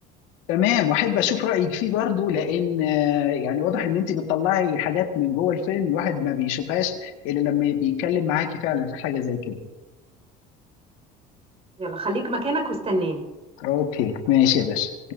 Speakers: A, on the left (about 75°); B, on the right (about 30°).
A: تمام واحب اشوف رايك فيه برضو لان آه، يعني واضح ان انت بتطلعي حاجات من جوه الفيلم الواحد ما بيشوفهاش الا لما بيتكلم معاكي فعلا في حاجه زي كده
B: يلا خليك مكانك واستناني
A: اوكي ماشي يا باشا